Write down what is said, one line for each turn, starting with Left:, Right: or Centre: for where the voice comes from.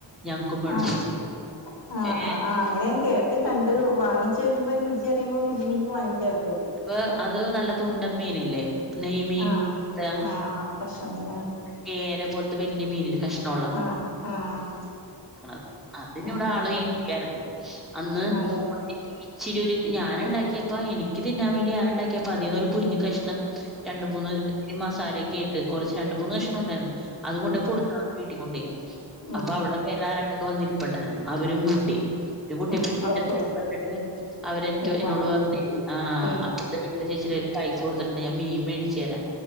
Centre: ഞങ്ങക്കും വേണം.
Left: ആഹ് ആഹ്
Centre: ഏ
Left: ആഹ് ആഹ് അങ്ങനെ ഞാൻ കേട്ട്
Centre: തുണ്ട
Left: കണ്ട് വാങ്ങിച്ച് വരുമ്പോ രുചി അിയുമ്പോ പിന്നേം പിന്നേം വാങ്ങിക്കും ആൾക്കാര്
Centre: വേ അത് നല്ല തുണ്ടം മീനില്ലേ? നെയ്മീൻ
Left: ആഹ്
Centre: പോലത്തെ
Left: ആഹ് ആഹ് കഷ്ണം മീന്
Centre: കേര പോലത്തെ വല്യ മീനില്ലെ കഷ്ണ ഒള്ള
Left: ആഹ് ആഹ് ആഹ്
Centre: <unintelligible> അതിന്
Left: ആഹ്
Centre: ഇവിടെ
Left: ആഹ്
Centre: ആള് ഇടിയാരുന്നു അന്ന്
Left: അതെ ഉം
Centre: ഇച്ചിരി ഒരു ഞാന് ഇണ്ടാക്കിയപ്പ എനിക്ക് തിന്നാൻ വേണ്ടി ഞാൻ ഇണ്ടാക്കിയപ്പ അതീന്ന് ഒരു കറഞ്ഞി കഷ്ണം രണ്ട് മൂന്ന് ഈ മസാലയൊക്കെ ആയിട്ട് കൊറച്ച് രണ്ട് മൂന്ന് കഷ്ണം ഒണ്ടാരുന്നു അത് കൊണ്ടോയി
Left: ഉം
Centre: കൊടുത്ത് അവരെ വീട്ടി കൊണ്ടോയി
Left: ഉം
Centre: അപ്പൊ അവിടെ വേറെ ആരാണ്ടൊക്കെ വന്നിരിപ്പ്ണ്ടായിരുന്നു അവരും കൂട്ടി അവര് കൂട്ടിയപ്പോ
Left: ഉം
Centre: <unintelligible>
Left: അവർക്ക്
Centre: ഇഷ്‌ട്ടപ്പെട്ടിട്ട് അവരെനിക്ക്
Left: അവർക്ക്
Centre: എന്നോട്
Left: വേണം
Centre: പറഞ്ഞേ ആഹ്
Left: ഉം
Centre: അപ്പർത്തെ വീട്ടിലെ ചേച്ചീടെ കൈയില് പൈസ കൊടുത്തിട്ടുണ്ട് ഞാൻ മീൻ മേടിച്ചു തരാം